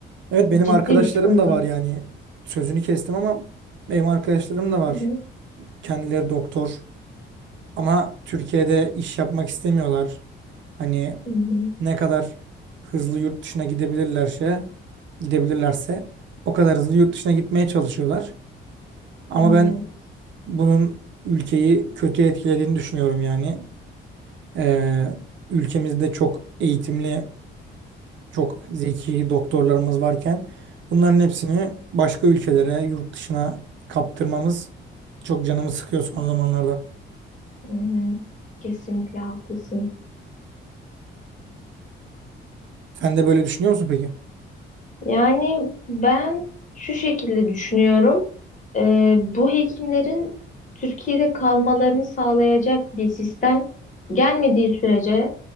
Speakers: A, on the right (about 70°); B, on the left (about 40°).
A: Evet benim
B: ciddi
A: arkadaşlarım
B: bir sıkıntı.
A: da var yani sözünü kestim ama benim arkadaşlarım da var.
B: Hı hı,
A: Kendileri doktor ama Türkiye'de iş yapmak istemiyorlar. Hani
B: hı hı.
A: ne kadar hızlı yurt dışına gidebilirlerse gidebilirlerse o kadar hızlı yurt dışına gitmeye çalışıyorlar. Ama
B: Evet,
A: ben bunun ülkeyi kötü etkilediğini düşünüyorum yani. Ee, ülkemizde çok eğitimli çok zeki doktorlarımız varken bunların hepsini başka ülkelere, yurt dışına kaptırmamız çok canımı sıkıyor son zamanlarda.
B: hı hı. Kesinlikle haklısın.
A: Sen de böyle düşünüyor musun peki?
B: Yani ben şu şekilde düşünüyorum. E, bu hekimlerin Türkiye'de kalmalarını sağlayacak bir sistem gelmediği sürece